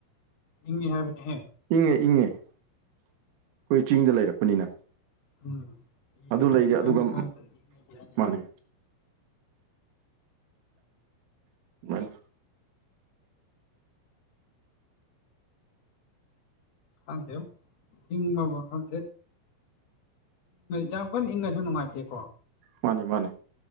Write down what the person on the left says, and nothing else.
ꯏꯡꯉꯤ ꯍꯥꯏꯕꯅꯤꯍꯦ
ꯎꯝ ꯏꯒꯗꯨꯗꯤ
ꯈꯪꯗꯤ
ꯈꯪꯉꯛꯇ꯭ꯔꯦ ꯏꯪꯉꯤꯗꯤ ꯍꯥꯏꯅꯩ
ꯈꯪꯗꯦꯕꯣ ꯏꯪꯕ ꯃꯥꯐꯝꯁꯦ ꯌꯥꯝ ꯀꯟꯅ ꯏꯪꯉꯁꯨ ꯅꯨꯡꯉꯥꯏꯇꯦꯀꯣ